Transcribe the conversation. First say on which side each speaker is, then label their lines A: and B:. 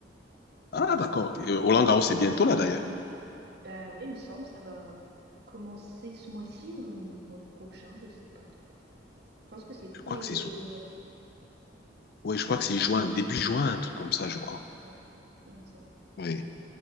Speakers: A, on the left; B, on the right.
A: Ah, d'accord. Et, euh, Roland Garros, c'est bientôt là, d'ailleurs.
B: Bah ouais, il me semble, ça va commencer ce mois-ci ou le mois prochain, je sais pas trop. Je pense que c'est tous
A: Je crois
B: les
A: que c'est sous-
B: mois de juin.
A: Oui, je crois que c'est juin, début juin, un truc comme ça, je crois.
B: Ouais, il me semble.
A: Oui.